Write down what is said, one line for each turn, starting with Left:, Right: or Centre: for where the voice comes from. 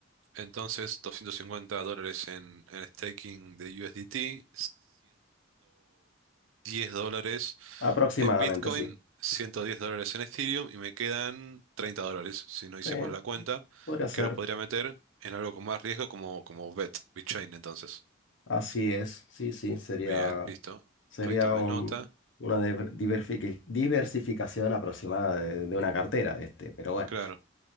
Right: Entonces, 250 dólares en, en staking de USDT, diez dólares
Left: Aproximadamente,
Right: en Bitcoin,
Left: sí.
Right: 110 dólares en Ethereum y me quedan 30 dólares, si no hice
Left: Sí,
Right: mal la cuenta,
Left: podría ser.
Right: que los podría meter en algo con más riesgo como, como BET, BitChain, entonces.
Left: Así es. Sí, sí, sería,
Right: Bien, listo.
Left: sería
Right: Ahí tomé
Left: un-
Right: nota.
Left: una diver- diversific- diversificación aproximada de, de una cartera, este, pero bueno,
Right: Claro.